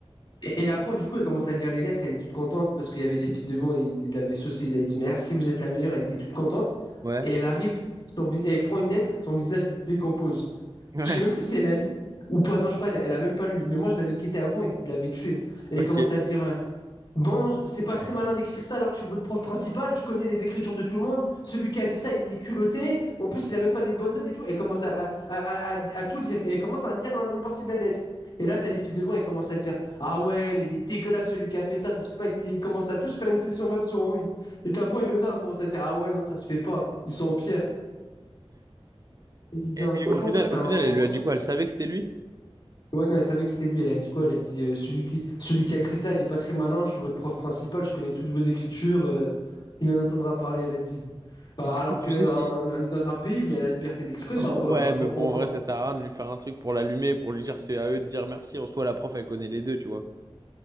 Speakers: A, on the left (about 50°); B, on the right (about 35°).
A: Et, et la prof, du coup, elle commence à lire les lettres. Elle est toute contente parce qu'il y avait des filles devant et il avait saucé. Il avait dit merci, vous êtes la meilleure. Elle était toute contente.
B: Ouais.
A: Et elle arrive, son vi- elle prend une lettre, son visage se décompose.
B: Ouais.
A: Je sais même plus si elle la lit ou pas. Non, je crois qu'elle elle a même pas lu. Mais moi, je l'avais guetté avant, il l'avait tué. Et elle
B: Ok.
A: commence
B: Et,
A: à dire euh, Bon, je- c'est pas très malin d'écrire ça alors que je suis votre prof principal, je connais les écritures de tout le monde. Celui qui a dit ça, il est culotté. En plus, il a même pas des bonnes notes et tout. Et commence à, à, à- à- à tout dire. Et il commence à dire un- une partie de la lettre. Et là, t'as les filles devant et commencent à dire Ah ouais, mais il est dégueulasse celui qui a fait ça, ça se fait pas. Ils commencent à tous faire une session 20 sur Henri. Et t'as moi et Léonard, on commence à dire Ah ouais, non, ça se fait pas. Ils sont en pierre. Et
B: et
A: non, franchement,
B: au final,
A: ça, c'était
B: au
A: un,
B: final,
A: un
B: elle
A: bon
B: lui a
A: souvenir.
B: dit quoi? Elle savait que c'était lui?
A: Ouais, non, elle savait que c'était lui. Elle a dit quoi? Elle a dit euh, celui qui, celui qui a écrit ça, il n'est pas très malin. Je suis votre prof principal, je connais toutes vos écritures. euh, il en entendra parler, elle a dit. Bah,
B: Et du
A: Alors
B: coup, tu
A: que euh,
B: sais si.
A: on on est dans un pays où il y a la liberté d'expression,
B: Ouais,
A: quoi. Je
B: mais
A: comprends
B: bon,
A: pas.
B: en vrai, ça sert à rien de lui faire un truc pour l'allumer, pour lui dire c'est à eux de dire merci. En soi, la prof, elle connaît les deux, tu vois.